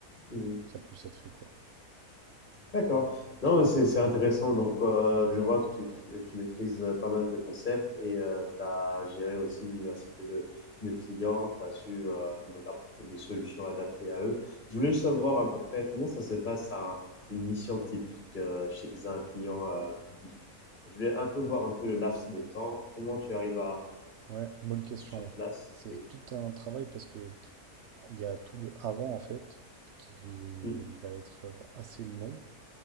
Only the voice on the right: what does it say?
pour que ça puisse être fait quoi.
Ouais, bonne question.
C'est
tout un travail parce que Il y a tout le avant en fait qui
va être euh, assez long